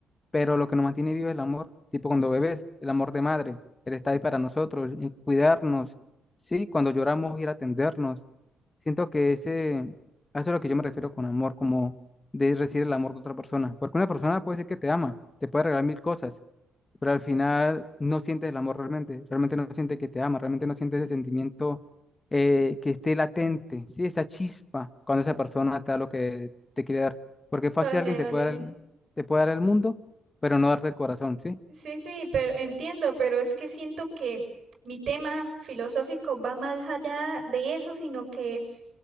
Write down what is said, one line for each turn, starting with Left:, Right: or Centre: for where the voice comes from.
Left: pero lo que nos mantiene vivo es el amor, tipo cuando bebés, el amor de madre, él está ahí para nosotros, y cuidarnos, sí, cuando lloramos, ir a atendernos. Siento que ese, a eso es lo que yo me refiero con amor, como de recibir el amor de otra persona, porque una persona puede decir que te ama, te puede regalar mil cosas, pero al final no sientes el amor realmente, realmente no sientes que te ama, realmente no sientes ese sentimiento eh, que esté latente, ¿sí? Esa chispa cuando esa persona te da lo que te quiere dar. Porque fácil
Right: Vale,
Left: alguien te
Right: vale.
Left: puede dar el, te puede dar el mundo, pero no darte el corazón, ¿sí?
Right: Sí, sí, pero entiendo, pero es que siento que mi tema filosófico va más allá de eso, sino que,